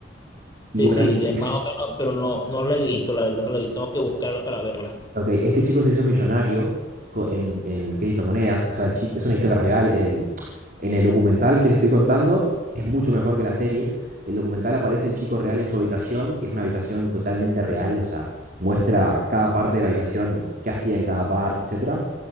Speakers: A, on the right; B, on the left.
A: Y
B: sí,
A: bueno, este,
B: de-
A: este
B: más
A: chi-
B: o menos, pero no, no la he visto, la verdad, no la he visto. Tengo que buscarla para verla.
A: ok, este chico se hizo millonario co- en, en criptomonedas, o sea, el chi- es una historia real, el, en el documental que te estoy contando es mucho mejor que la serie. El documental aparece el chico real en su habitación y es una habitación totalmente real, o sea, muestra cada parte de la habitación, qué hacía en cada parte, etcétera.